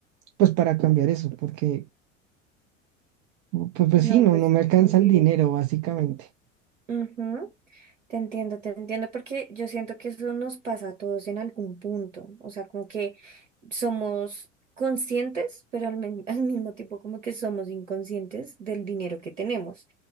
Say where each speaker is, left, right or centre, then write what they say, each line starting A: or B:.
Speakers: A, on the right; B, on the right.
A: pues para cambiar eso, porque pues, pues
B: No,
A: sí, no,
B: pues,
A: no me alcanza
B: sentido.
A: el dinero básicamente.
B: Ujú, Te entiendo, te entiendo, porque yo siento que eso nos pasa a todos en algún punto. O sea, como que somos conscientes, pero al, men- <laughs> al mismo tiempo como que somos inconscientes del dinero que tenemos.